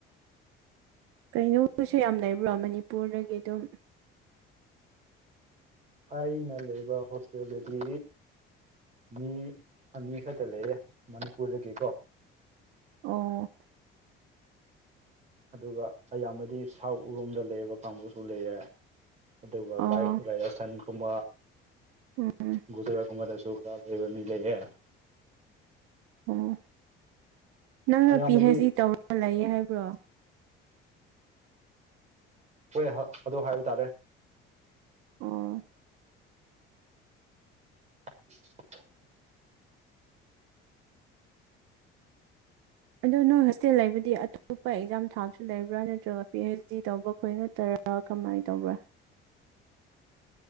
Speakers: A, on the right (about 90°); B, on the right (about 30°).
A: ꯀꯩꯅꯣꯁꯨ ꯌꯥꯝ ꯂꯩꯕ꯭ꯔꯣ ꯃꯅꯤꯄꯨꯔꯗꯒꯤ ꯑꯗꯨꯝ
B: ꯑꯩꯅ ꯂꯩꯕ ꯍꯣꯁꯇꯦꯜꯗꯗꯤ ꯃꯤ ꯑꯅꯤ ꯈꯛꯇ ꯂꯩꯌꯦꯦ ꯃꯅꯤꯄꯨꯔꯗꯒꯤꯀꯣ
A: ꯑꯣ
B: ꯑꯗꯨꯒ ꯑꯌꯥꯝꯕꯗꯤ ꯁꯥꯎꯠ ꯎꯔꯣꯝꯗ ꯂꯩꯌꯦꯕ ꯀꯥꯡꯕꯨꯁꯨ ꯂꯩꯔꯦ ꯑꯗꯨꯒꯥꯏ
A: ꯑꯣ
B: ꯔꯥꯖꯁꯊꯥꯟꯒꯨꯝꯕ
A: ꯎꯝ
B: ꯒꯨꯖꯔꯥꯠꯀꯨꯝꯕꯗꯁꯨ ꯐꯕ ꯃꯤꯂꯦꯌꯦ
A: ꯑꯣ ꯅꯪꯅ
B: ꯑꯌꯥꯝꯕꯗꯤ
A: ꯄꯤ ꯍꯩꯆ ꯇꯧꯔꯒ ꯂꯩ ꯍꯥꯏꯕ꯭ꯔꯣ
B: ꯍꯣꯏ ꯑꯗꯨ ꯍꯥꯏꯕ ꯇꯥꯔꯦ
A: ꯑꯣ
B: <unintelligible>
A: ꯑꯗꯨꯣ ꯅꯣꯏ ꯍꯣꯁꯇꯦꯜ ꯂꯩꯕꯗꯤ ꯑꯇꯣꯞꯄ ꯑꯦꯛꯖꯥꯝ ꯊꯥꯕꯁꯨ ꯂꯩꯕ꯭ꯔꯥ ꯅꯠꯇ꯭ꯔꯒ ꯄꯤ ꯑꯩꯩꯆ ꯗꯤ ꯇꯧꯕ ꯈꯣꯏ ꯅꯠꯇꯔ ꯀꯃꯥꯏꯅ ꯇꯧꯕ꯭ꯔꯥ